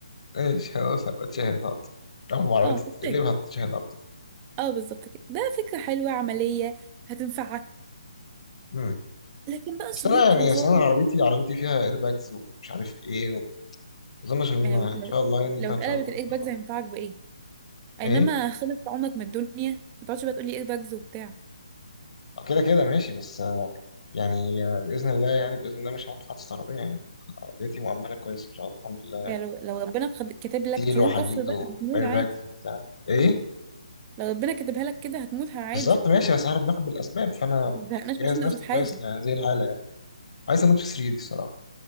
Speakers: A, on the left; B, on the right.
A: ماشي خلاص هبقى اتشهد حاضر اول ما عربيتي
B: اه
A: تتقلب
B: اتشاهد
A: هتتشهد على طول
B: اه بالظبط كده ده فكره حلوه عمليه هتنفعك
A: مم.
B: لكن بقى صويت
A: اصل انا يعني
B: وذعر
A: اصل انا عربيتي عربيتي فيها ايرباجز ومش عارف ايه و... اظنش ان
B: يعني
A: انا
B: لو لو
A: ان شاء الله يعني
B: لو
A: إنت ان
B: اتقلبت
A: شاء الله
B: الايد
A: ان شاء
B: باجز
A: الله
B: هينفعك بايه اينما
A: ايه
B: خلص عمرك من الدنيا ما تقعدش بقى تقولي ايد باجز وبتاع
A: آه، كده كده ماشي بس آه، يعني آه، باذن الله يعني باذن الله مش هدفع استرابيه يعني عربيتي مؤمنه كويس ان شاء الله الحمد لله
B: يعني لو لو ربنا خد- كاتب لك
A: ستيل
B: مش عايزين
A: وحديد
B: كفر بقى هتموت
A: وايرباجز
B: عادي
A: وبتاع ايه
B: لو ربنا كاتبها لك كده هتموت عادي
A: بالظبط ماشي بس احنا بناخد بالاسباب فانا
B: ما تزهقناش
A: جاهز
B: مش يا
A: نفسي
B: استاذ
A: كويس
B: حازم
A: لهذه الحاله يعني. عايز اموت في سريري الصراحه